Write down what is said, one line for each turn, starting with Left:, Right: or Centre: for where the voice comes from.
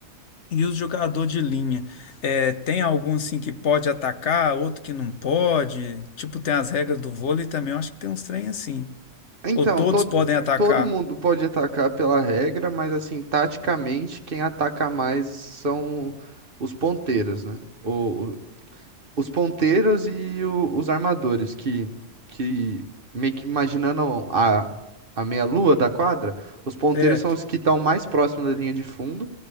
Left: E o jogador de linha, é, tem algum assim que pode atacar, outro que não pode? Tipo, tem as regras do vôlei também, eu acho que tem uns trem assim.
Right: Então,
Left: Ou todos
Right: todo,
Left: podem atacar,
Right: todo mundo pode atacar pela regra, mas assim, taticamente, quem ataca mais são os ponteiros, né? O, o- os ponteiros e o- os armadores, que, que meio que imaginando a, a meia-lua da quadra, os ponteiros
Left: certo?
Right: são os que estão mais próximos da linha de fundo,